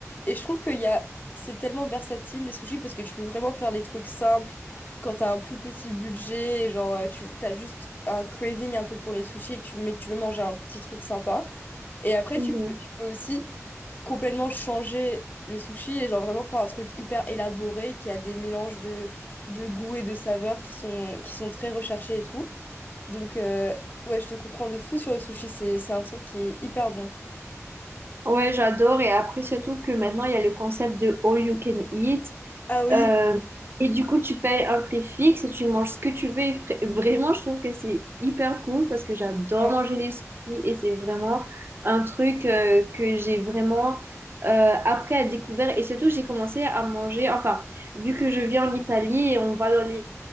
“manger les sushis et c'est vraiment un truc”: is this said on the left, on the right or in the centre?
Right